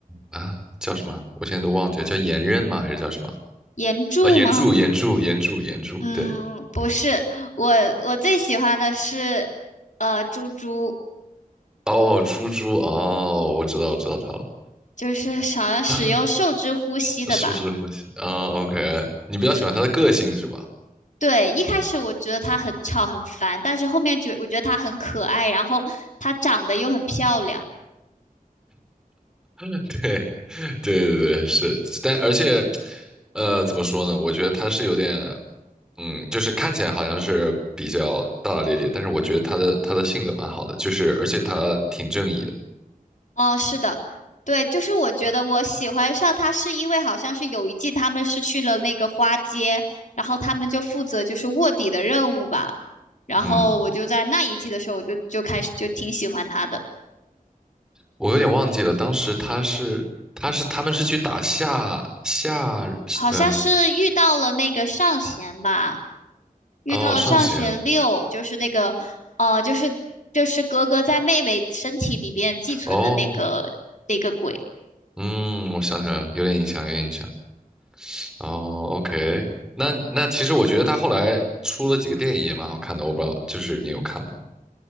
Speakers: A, in the centre; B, on the left.
A: 啊，叫什么？我现在都忘记了，叫岩刃吗？还是叫什么？
B: 岩柱吗？
A: 啊，岩柱，岩柱，岩柱，岩柱，
B: 嗯，
A: 对。
B: 不是，我我最喜欢的是，呃，猪猪，
A: 哦，猪猪哦，我知道，我知道他了，
B: 就是想使用受之呼吸的吧。
A: <gasps> 树枝呼吸啊，OK，你比较喜欢他的个性是吧？
B: 对对，一开始我觉得它很吵很烦，但是后面觉我觉得它很可爱，然后它长得又很漂亮。
A: <laughs> 对，对对对，是，但而且，呃，怎么说呢？我觉得他是有点，嗯，就是看起来好像是比较大大咧咧，但是我觉得他的他的性格蛮好的，就是而且他挺正义的，
B: 哦，是的，对，就是我觉得我喜欢上它是因为好像是有一季他们是去了那个花街，然后他们就负责就是卧底的任务吧，然后我就在那一季的时候我就就开始就挺喜欢它的。
A: 嗯，我有点忘记了，当时他是他是他们是去打下下呃
B: 好像是遇到了那个上弦吧，遇到了上弦六，
A: 哦上弦
B: 就是那个，呃，就是就是格格在妹妹身体里边寄存的那个那个鬼。
A: 哦。嗯，我想起来了，有点印象，有点印象。哦，OK，那那其实我觉得他后来出了几个电影也蛮好看的，我不知道，就是你有看吗？